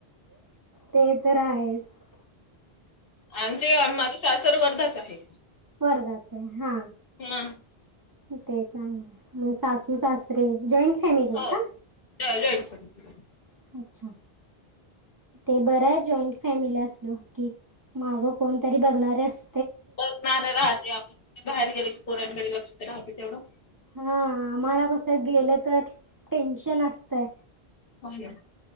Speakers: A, on the right (about 30°); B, on the left (about 60°).
A: ते तर आहेच.
B: आमचे माझं सासर वर्धाच आहे.
A: वर्धाचाय हा,
B: हम्म
A: ते चांगलंय. सासू सासरीे जॉईंट फॅमिली आहे
B: हो
A: का?
B: <unintelligible>
A: <inaudible> अच्छा ते बरं आहे जॉईंट फॅमिली असला की मागं कोणतरी बघणारेस.
B: बग ना <unintelligible> आपण बाहेर गेले की पोरांकडे लक्ष तर राहते तेवढं.
A: हा आम्हाला कस, गेलं तर टेन्शन असतय.
B: हो ना.